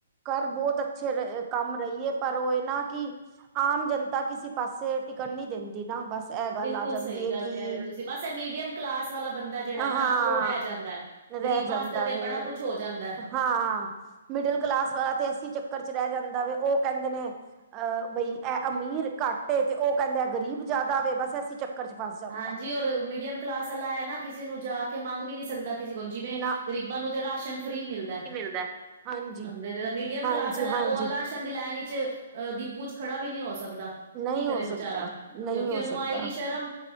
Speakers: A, on the right; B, on the right.
A: ਘਰ ਬਹੁਤ ਅੱਛੇ ਰ ਕੰਮ ਰਹੀਏ ਪਰ ਉਹ ਇਹ ਨਾ ਕਿ ਆਮ ਜਨਤਾ ਕਿਸੇ ਪਾਸੇ ਟਿਕਟ ਨੀ ਦਿੰਦੀ ਨਾ ਬਸ ਇਹ ਗੱਲ
B: ਬਿਲਕੁਲ
A: ਆ ਜਾਂਦੀ
B: ਸਈ
A: ਹੈ
B: ਗੱਲ਼
A: ਕਿ
B: ਕਹਿ ਓ ਤੁਸੀਂ ਬਸ ਏ ਮੀਡੀਅਮ ਕਲਾਸ ਵਾਲਾ ਬੰਦਾ ਜਿਹੜਾ
A: ਹਾਂ
B: ਨਾ, ਓ ਰਹਿ ਜਾਂਦਾ।
A: ਰਹਿ
B: ਗ਼ਰੀਬਾਂ
A: ਜਾਂਦਾ
B: ਵਾਸਤੇ ਤੇ
A: ਵੇ
B: ਬੜਾ ਕੁਛ ਹੋ ਜਾਂਦਾ।
A: ਹਾਂ, ਮਿਡਲ ਕਲਾਸ ਵਾਲਾ ਤੇ ਐਸੀ ਚੱਕਰ ਚ ਰਹਿ ਜਾਂਦਾ ਵੇ ਓ ਕਹਿੰਦੇ ਨੇ ਅ ਬਈ ਏ ਅਮੀਰ ਕੱਟ ਏ ਤੇ ਓ ਕਹਿੰਦਾ ਗਰੀਬ ਜ਼ਿਆਦਾ ਵੇ ਬਾਸ ਐਸੀ ਚ ਫਸ ਜਾਂਦਾ
B: ਹਾਂਜੀ ਔਰ ਮੀਡੀਅਮ ਕਲਾਸ ਆਲਾ ਏ ਨਾ ਕਿਸੀ ਨੂੰ ਜਾ ਕੇ ਮੰਗ ਵੀ ਨੀ ਸਕਦਾ ਕਿਸੇ ਕੋਲ, ਜਿਵੇਂ
A: ਨਾ
B: ਗਰੀਬਾਂ ਨੂੰ ਤੇ ਰਾਸ਼ਨ ਫ੍ਰੀ ਮਿਲ ਅ
A: ਕੀ ਮਿਲਦਾ ਹਾਂਜੀ
B: ਮੀਡੀਅਮ
A: ਹਾਂਜੀ
B: ਕਲਾਸ ਆਲਾ
A: ਹਾਂਜੀ
B: ਓ ਰਾਸ਼ਨ ਦੀ ਲੈਣ ਵਿੱਚ ਅ ਡੀਪੂ ਚ ਖੜਾ ਵੀ ਨੀ ਹੋ ਸਕਦਾ
A: ਨਹੀਂ
B: ਕੀ ਕਰੇ
A: ਹੋ ਸਕਦਾ
B: ਬਚਾਰਾ,
A: ਨਹੀਂ
B: ਕਿਉਂਕਿ
A: ਹੋ
B: ਓਨੂੰ
A: ਸਕਦਾ
B: ਆਏਗੀ ਸ਼ਰਮ